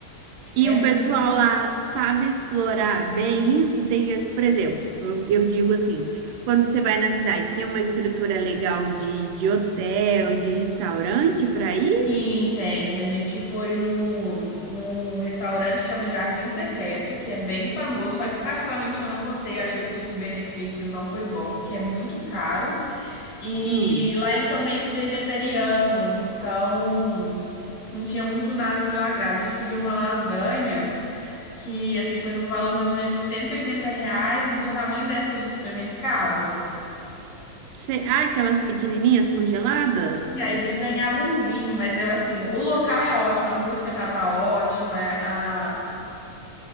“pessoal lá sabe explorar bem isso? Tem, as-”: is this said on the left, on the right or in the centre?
Right